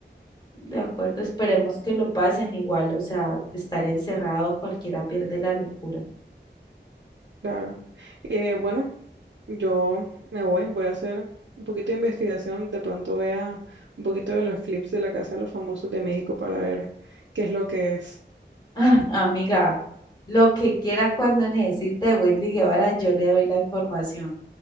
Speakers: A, on the left (about 25°); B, on the right (about 80°).
A: de acuerdo, esperemos que lo pasen igual, o sea, estar encerrado cualquiera pierde la locura.
B: claro. Eh, bueno. Yo me voy, voy a hacer un poquito de investigación, de pronto vea un poquito de los clips de la Casa de los Famosos de México para ver qué es lo que es.
A: <laughs> Ah, amiga, lo que quiera cuando necesite de Wendy Guevara, yo le doy la información.